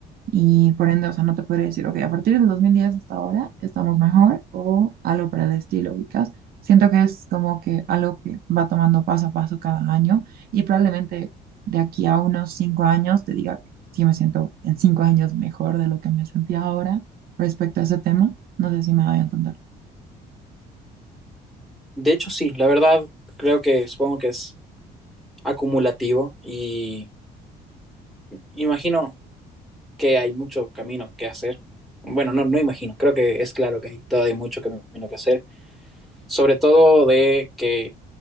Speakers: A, on the right (about 60°); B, in the centre.
A: y por ende, o sea, no te podría decir, ok, a partir del 2010 hasta ahora estamos mejor o algo para el estilo, ubicas. Siento que es como que algo que va tomando paso a paso cada año y probablemente de aquí a unos cinco años te diga que sí me siento en cinco años mejor de lo que me sentía ahora respecto a ese tema. No sé si me voy a entender.
B: De hecho, sí, la verdad, creo que supongo que es acumulativo y imagino que hay mucho camino que hacer. Bueno, no, no imagino, creo que es claro que hay todavía mucho camino que hacer, sobre todo de que